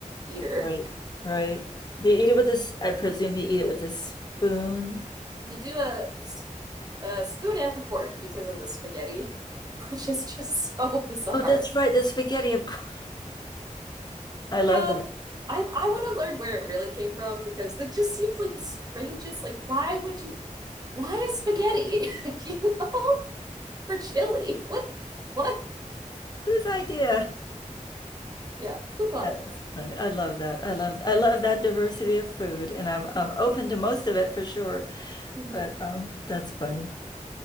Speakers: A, on the right; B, on the left.
A: eater.
B: Right,
A: <laughs>
B: right. Do you eat it with this? I presume you eat it with a spoon.
A: You do a, a spoon and fork because of the spaghetti, <laughs> which is just so bizarre.
B: Oh, that's right, the spaghetti, of course. I love
A: Yeah,
B: that.
A: I I want to learn where it really came from because that just seems like the strangest. Like, why would you? Why is spaghetti? <laughs> you know, for chili? What? What?
B: Whose idea?
A: Yeah, who thought
B: That's
A: of that?
B: fun. I love that. I love I love that diversity of food, and I'm I'm open to most of it for sure.
A: Mhm.
B: But um, that's funny.